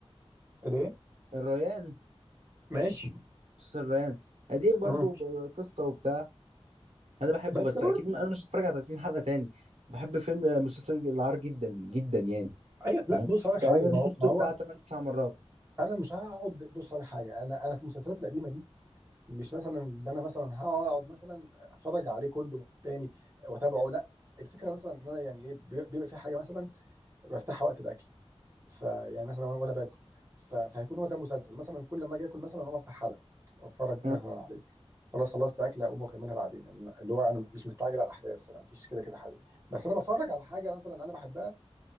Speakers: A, on the right; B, on the right.
A: ليه
B: الريان
A: ماشي
B: بص الريان قديم برضو
A: مم.
B: بقصه وبتاع انا بحبه
A: بس
B: بس
A: برضه
B: اكيد انا مش هتفرج على 30 حلقه تاني بحب فيلم مسلسل العار جدا جدا يعني
A: ايوه لا
B: أنا
A: بص هقول لك
B: تقريبا
A: حاجه ما هو
B: شفته
A: ما هو
B: بتاع 8 9 مرات
A: انا مش هقعد بص على حاجه انا انا في المسلسلات القديمه دي مش مثلا اللي انا مثلا هقعد مثلا اتفرج عليه كله تاني واتابعه لا الفكره مثلا ان انا يعني ايه بي- بيبقى في حاجه مثلا بفتحها وقت الاكل فيعني مثلا وانا وأنا باكل ف- فهيكون هو ده مسلسل مثلا كل ما اجي اكل مثلا اقوم افتح حلقه واتفرج
B: آه،
A: مثلا عليه خلاص خلصت اكله اقوم واكملها بعدين إن- اللي هو انا مش مستعجل على الاحداث انا مفيش كده كده حاجه بس انا بتفرج على حاجه مثلا انا بحبها